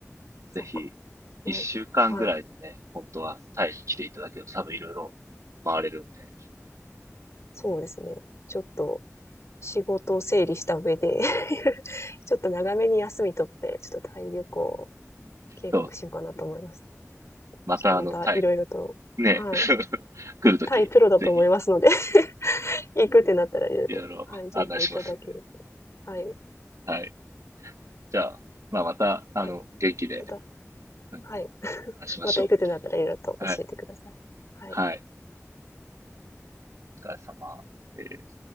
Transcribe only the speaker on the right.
ぜひ、
一週間ぐらいでね、
本当はタイに来ていただけると多分いろいろ回れるんで、
そう、またあの、
タイ、ね、<laughs> 来るとき、
ぜひ、
いろいろ案内しますんで。
はい。じゃあ、まあ、また、あの、
元気で、
うん
話しましょ
う。はい。
はい。お疲れ様です。